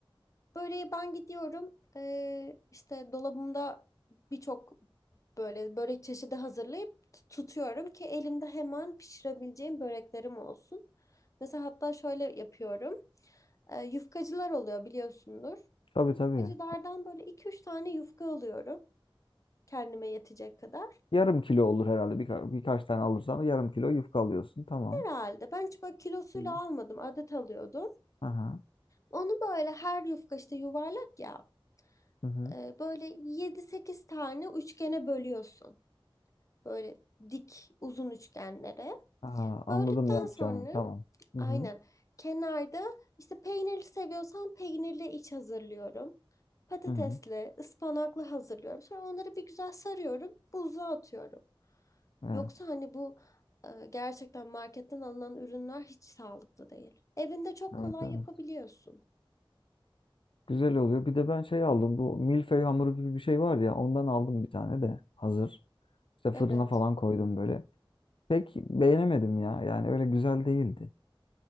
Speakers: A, on the left; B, on the left.
A: Böreği ben gidiyorum. Ee, işte dolabımda birçok böyle börek çeşidi hazırlayıp t- tutuyorum ki elimde hemen pişirebileceğim böreklerim olsun. Mesela hatta şöyle yapıyorum. Ee, yufkacılar oluyor biliyorsundur.
B: Tabii
A: Yufkacılardan
B: tabii.
A: böyle iki üç tane yufka alıyorum. Kendime yetecek kadar.
B: Yarım kilo olur herhalde. Birka birkaç tane alırsan yarım kilo yufka alıyorsun. Tamam.
A: Herhalde. Ben hiç böyle kilosuyla
B: Hı.
A: almadım. Adet alıyordum.
B: Aha.
A: Onu böyle her yufka işte yuvarlak ya.
B: Hı hı.
A: e, Böyle yedi sekiz tane üçgene bölüyorsun. Böyle dik uzun üçgenlere.
B: Aha, anladım
A: Böldükten
B: ne yapacağını.
A: sonra
B: Tamam. Hı
A: aynen
B: hı.
A: kenarda işte peynirli seviyorsan peynirli iç hazırlıyorum. Patatesli,
B: Hı hı.
A: ıspanaklı hazırlıyorum. Sonra onları bir güzel sarıyorum, buzluğa atıyorum.
B: Evet.
A: Yoksa hani bu e, gerçekten marketten alınan ürünler hiç sağlıklı değil. Evinde çok
B: Evet,
A: kolay
B: evet.
A: yapabiliyorsun.
B: Güzel oluyor. Bir de ben şey aldım. Bu milföy hamuru gibi bir şey var ya. Ondan aldım bir tane de. Hazır. İşte fırına
A: Evet.
B: falan koydum böyle. Pek beğenemedim ya. Yani öyle güzel değildi.